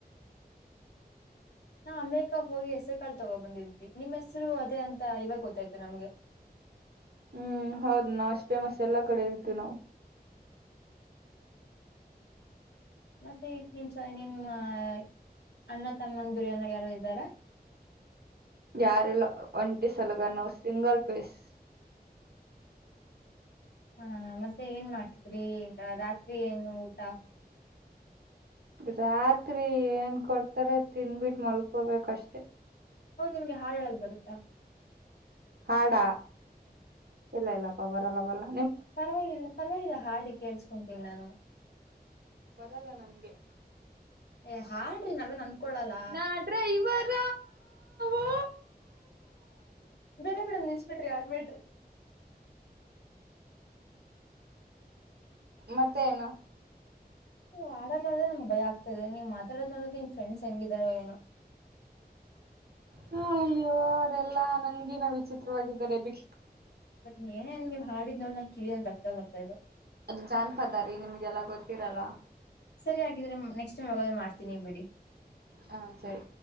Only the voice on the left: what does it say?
ನಾ ಅಮೇರಿಕ ಹೋಗಿ ಹೆಸರು ಕಾಲ್ ತಗೊಂಡ ಬಂದಿದ್ವಿ ನಿಮ್ ಹೆಸರು ಅದೇ ಅಂತ ಇವಾಗ ಗೊತ್ತಾಯ್ತು ನಮ್ಗೆ.
ಮತ್ತೆ ನಿಮಸ ನಿಮ್ <unintelligible> ಅಣ್ಣ ತಮ್ಮಂದೂರು ಯಾರಾದ್ರು ಇದರ
ಹ ಮತ್ತೆ ಏನ್ ಮಾಡ್ತಿದ್ರಿ ರಾತ್ರಿ ಏನು ಊಟ
ಹೌದು ನಿಮ್ಗೆ ಹಾಡ್ ಹೇಳಕ್ ಬರುತ್ತ
ಪರವಾಗಿಲ್ಲ ಪರವಾಗಿಲ್ಲ ಹಾಡಿ ಕೇಳ್ಸ್ಕೊಂತೀನಿ ನಾನು
ಏ ಹಾಡ್ರಿ ನಾವೇನ್ ಅನ್ಕೊಳಲ್ಲ.
ಬಡ ಬಿಡ ನ್ಯೂಸ್ಪೇಟರಿ ಯಡ್ ವೇಟರಿ.
ನೀ್ ಆಡದ್ ನೋಡ್ರೆ ನಮ್ಗೆ ಭಯ ಆಗ್ತದೆ ನೀವು ಮಾತಾಡೋ್ ನೋಡಿದ್ರೆ ನಿ್ ಫ್ರೆಂಡ್ಸ್ ಹೆಂಗಿದಾರೋ ಏನೋ
ಬಟ್ ನೀಏನೇನ್ ನೀವು ಹಾಡಿದ ನೋ ನ ಕಿವಿಯಲ್ಲಿ ದಕ್ತಾ ಬರ್ತಾದೆ.
ಸರಿ ಹಾಗಿದ್ರೆ ನೆಕ್ಸ್ಟ್ ಟೈಮ್ ಹೋಗೋದು ಮಾಡ್ತೀನಿ ಬಿಡಿ